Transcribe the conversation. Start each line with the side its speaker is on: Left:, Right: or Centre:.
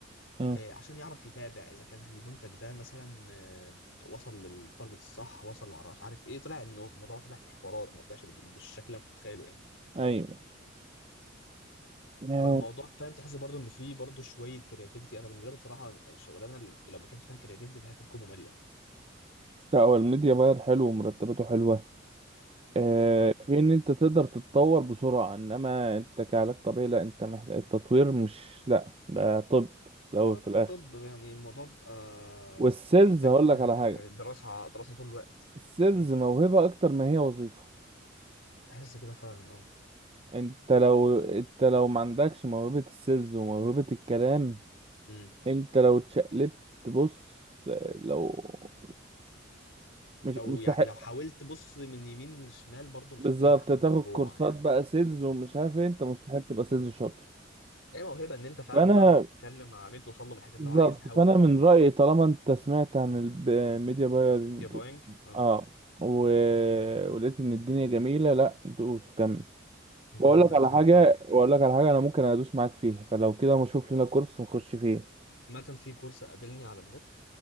Right: امم
Left: آه، عشان يعرف يتابع اذا كان المنتج ده مثلا آه، وصل للتارجت الصح وصل ما اعرفش عارف ايه طلع انه الموضوع طلع في حوارات ما طلعش بال- بالشكل اللي أنا كنت متخيله يعني
Right: ايوه آه،
Left: فالموضوع فاهم تحس برضه ان في برضه شويه كرياتيفيتي انا بالنسبه لي بصراحه الشغلانه اللي لو ما كانش فيها كرياتيفيتي فهي هتكون ممله
Right: لا هو الميديا باير حلو ومرتباته حلوه آه
Left: اه
Right: في ان انت تقدر تتطور بسرعه انما انت كعلاج طبيعي لا انت محتاج التطوير مش لا ده طب الاول
Left: آه،
Right: في الاخر
Left: طب يعني الموضوع بقى
Right: والسيلز
Left: محتاج
Right: هقول لك
Left: آه،
Right: على حاجه
Left: دراسه دراسه طول الوقت
Right: السيلز
Left: مم.
Right: موهبه اكتر ما هي وظيفه
Left: بحس كده فعلا اه
Right: انت لو انت لو ما عندكش موهبه السيلز وموهبه الكلام
Left: مم.
Right: انت لو اتشقلبت بص لو مش
Left: لو
Right: مستحيل
Left: يعني لو حاولت بص من يمين لشمال برضو مش
Right: بالظبط
Left: هتنجح في
Right: تاخد
Left: الموضوع
Right: كورسات
Left: يعني
Right: بقى سيلز ومش عارف ايه انت مستحيل تبقى سيلز شاطر
Left: ايه موهبه ان انت فعلا
Right: فانا
Left: تعرف تتكلم مع عميل توصل له من الحته اللي
Right: بالظبط
Left: هو عايزها
Right: فانا
Left: وكلام
Right: من
Left: من ده
Right: رأيي طالما انت سمعت عن الميديا بايرنج
Left: يا بوينج اه
Right: اه و... ولقيت ان الدنيا جميلة لا دوس كمل
Left: ممكن
Right: واقول
Left: ابدا
Right: لك على
Left: فيها
Right: حاجة
Left: فعلا
Right: واقول لك على حاجة انا ممكن ادوس معاك فيها فلو كده ما اشوف لنا كورس نخش فيه
Left: عامة في كورس قابلني على النت